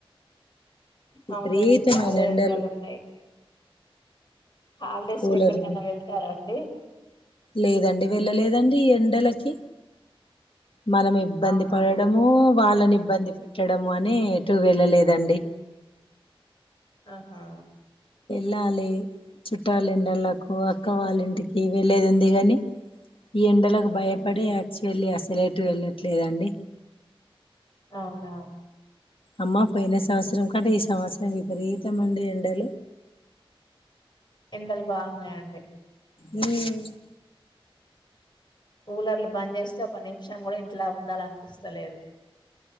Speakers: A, on the left; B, on the left.
A: విపరీతమైన
B: అవునండి చాలా
A: ఎండలు
B: ఎండాలు ఉన్నాయి. హాలిడేస్
A: కూలర్
B: కి ఎక్కడికన్నా వెళ్తారారండి.
A: లేదండి వెళ్ళలేదండి ఈ ఎండలకి మనం ఇబ్బంది
B: అవునా
A: పడడము
B: అండి
A: వాళ్ళని ఇబ్బంది పెట్టడం. అని ఎటు వెళ్ళలేదండి
B: ఆహా
A: ఎల్లాలి చుట్టాలిండ్లలక్ కు అక్క
B: ఉహు
A: వాళ్ళ ఇంటికి వెళ్లేది ఉంది. కాని ఈ ఎండలకు భయపడే
B: ఉహు
A: యాక్చువల్లీ అస లేటు వెళ్ళట్లేదండి.
B: అవునా
A: అమ్మ పోయిన సంవత్సరం. కంటే ఈ సంవత్సరం విపరీతంమండి ఎండలు.
B: ఎండలు బాగున్నాయండి.
A: ఉహ్మ్
B: కూలర్లు బంద్ చేస్తే ఒక నిమిషం కూడా ఇంట్లా ఉండాలనిపిస్తలేదు.